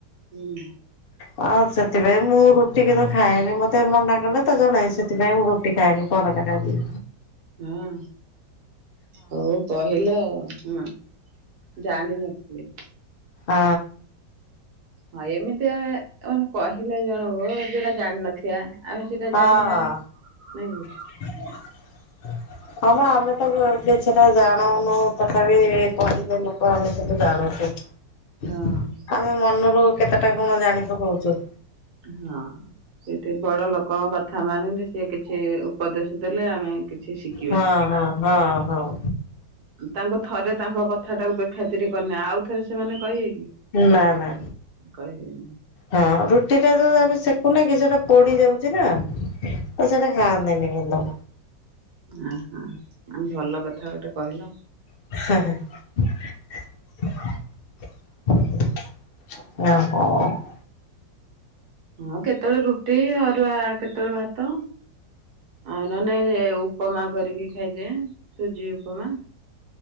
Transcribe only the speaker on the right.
ହୁଁ
ହଁ ହଉ କହିଲ ଆ ହଁ। ଜାଣିିନଥିଲି।
ହଁ ଏମିତି ଆ ମାନେ କହିଲେ ଜଣଙ୍କୁ ଯୋଉଟା ଜାଣିନଥିବା। ଆମେ ସେଟା
ଜାଣିବାନି ନାଇଁ କି?
ହଁ।
ହଁ। ସେଠି ବଡ ଲୋକଙ୍କ କଥା ମାନିଲେ ସେ କିଛି ଉପଦେଶ ଦେଲେ ଆମେ କିଛି ଶି
ତାଙ୍କ ଥରେ ତାଙ୍କ କଥା ଟାକୁ ବେଖାତିରି କରିନେ ଆଉ ଥରେ ସେମାନେ କହିବେ କି।
କହିବେନି
ଓହୋ ଭଲ କଥା ଗୋଟେ କହିଲ।
ହଁ କେତେବେଳେ ରୁଟି ଅରୁଆ କେତେବେଳେ ଭାତ ଆଉ ନଅନେ ଉପମା କରିକି ଖାଇଦିଏ ସୁଜି ଉପମା।